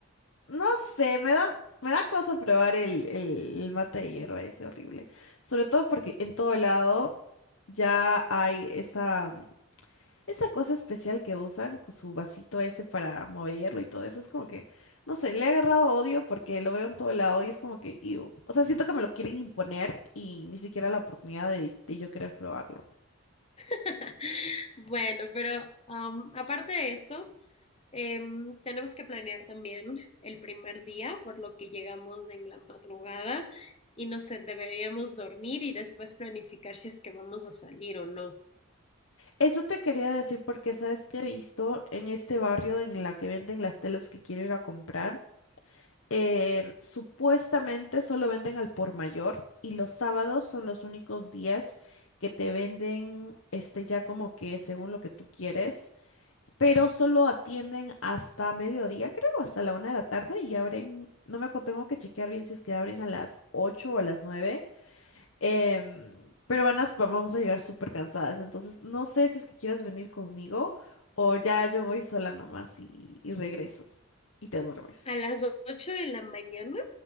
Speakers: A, on the left; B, on the left.
A: no sé, me da, me da cosa probar el, el, el mate de hierba, ese horrible. Sobre todo porque en todo lado ya hay esa... Esa cosa especial que usan, cu- su vasito ese para moverlo y todo eso, es como que, no sé, le he agarrado odio porque lo veo en todo lado y es como que, iu. O sea, siento que me lo quieren imponer y ni siquiera la oportunidad de, de yo querer probarlo.
B: <laughs> Bueno, pero am, aparte de eso, em, tenemos que planear también el primer día, por lo que llegamos en la madrugada y no sé, deberíamos dormir y después planificar si es que vamos a salir o no.
A: Eso te quería decir porque, ¿sabes que he visto en este barrio en la que venden las telas que quiero ir a comprar? eh, supuestamente solo venden al por mayor y los sábados son los únicos días que te venden este ya como que según lo que tú quieres. pero solo atienden hasta mediodía, creo, hasta la una de la tarde y abren, no me acuerdo, tengo que chequear bien si es que abren a las 8 o a las nueve em, pero van a, va- vamos a llegar súper cansadas, entonces no sé si es que quieras venir conmigo o ya yo voy sola nomás y, y regreso y te duermes.
B: A las 8 de la mañana,